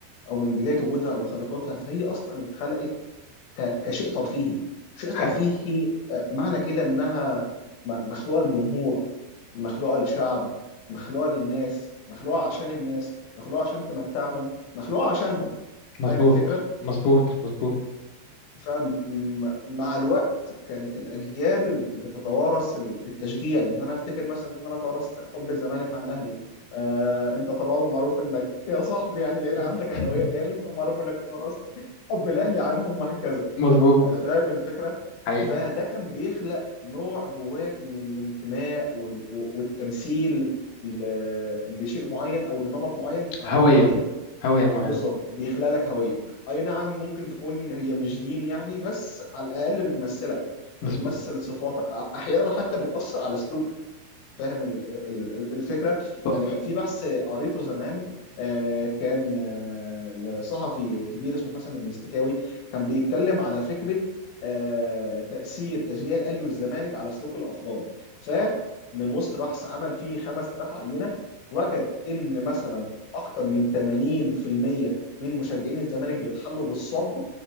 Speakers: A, on the left; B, on the left.
A: او من بدايه وجودها او خلقتها فهي اصلا اتخلقت ك- كشيء ترفيهي شيء
B: حي.
A: ترفيهي آه، معنى كده انها م- مخلوقه للجمهور مخلوقه للشعب مخلوقه للناس مخلوقه عشان الناس مخلوقه عشان تمتعهم مخلوقه عشانهم
B: مظبوط
A: فاهم الفكره
B: مظبوط مظبوط
A: فمع الوقت كانت الأجيال بتتوارث التشجيع يعني أنا أفتكر مثلا إن أنا توارثت حب الزمالك عن أهلي آه، أنت طبعا معروف إنك يا صاحبي يعني العيلة عندك
B: <laughs>
A: أهلاوية جامد فمعروف إنك توارثت حب الأهلي عنهم وهكذا
B: مظبوط
A: آه، فاهم الفكرة؟
B: حقيقي
A: فده كان بيخلق نوع جواك من الانتماء وال- والتمثيل ل- لشيء معين أو لنمط معين اتعودت
B: هوية
A: عليه
B: هوية معينة
A: بالظبط بيخلق لك هوية اي نعم ممكن تكون هي مش دين يعني بس على الاقل بتمثلك
B: مظبوط
A: بتمثل صفاتك أ- احيانا حتى بتأثر على سلوكك فاهم ال- ال- ال- الفكره
B: طب.
A: يعني كان في بحث قريته زمان آه، كان آه، لصحفي كبير اسمه حسن المستكاوي كان بيتكلم على فكره آه، تاثير تشجيع الاهلي والزمالك على سلوك الافراد فمن وسط بحث عمل فيه 5000 عينه وجد ان مثلا اكتر من 80% من مشجعين الزمالك بيتحلوا بالصبر